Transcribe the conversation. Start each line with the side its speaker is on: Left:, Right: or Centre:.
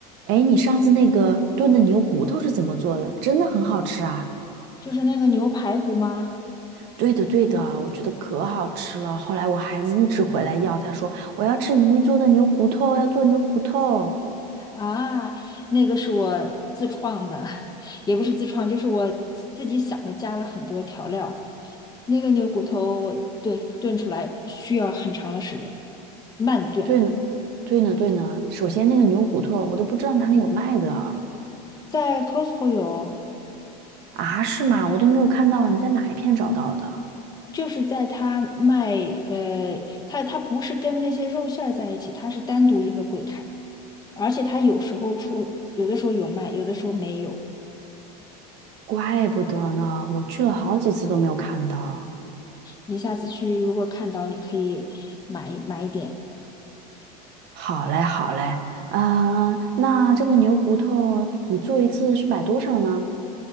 Right: 哎，你上次那个炖的牛骨头是怎么做的？真的很好吃啊！
Left: 就是那个牛排骨吗？
Right: 对的，对的，我觉得可好吃了。后来我孩子一直回来要，他说我要吃姨做的牛骨头，要做牛骨头。
Left: 啊，那个是我自创的，<laughs> 也不是自创，就是我自己想的，加了很多调料。那个牛骨头，对，炖出来需要很长的时间，慢炖。
Right: 对呢，对呢，对呢。首先那个牛骨头我都不知道哪里有卖的
Left: 在 Costco 有，
Right: 啊，是吗？我都没有看到，你在哪一片找到的？
Left: 就是在他卖，呃，他他不是跟那些肉馅儿在一起，他是单独一个柜台，而且他有时候出，有的时候有卖，有的时候没有。
Right: 怪不得呢，我去了好几次都没有看到。
Left: 你下次去如果看到，你可以买买一点。
Right: 好嘞，好嘞，嗯、那这个牛骨头你做一次是买多少呢？